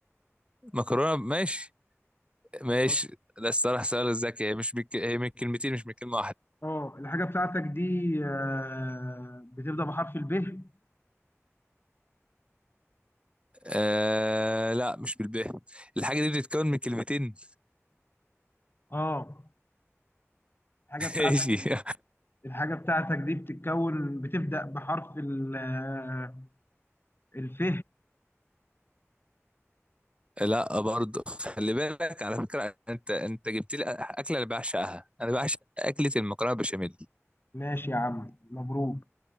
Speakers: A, on the right (about 25°); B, on the left (about 45°).
A: مكرونة ماشي ماشي
B: أنت قلت-
A: ده الصراحة سؤال ذكي هي مش بك... هي من كلمتين مش من كلمة واحدة
B: اه الحاجة بتاعتك دي آه، بتبدأ بحرف الب
A: آه لا مش بالباء الحاجة دي بتتكون من كلمتين
B: اه الحاجة
A: <laughs>
B: بتاعتك
A: ماشي
B: الحاجة بتاعتك دي بتتكون بتبدأ بحرف ال آه، الف
A: لا برضه خلي بالك على فكرة انت انت جبت لي اكلة انا بعشقها انا بعشق اكلة المكرونة بشاميل
B: ماشي يا عم مبروك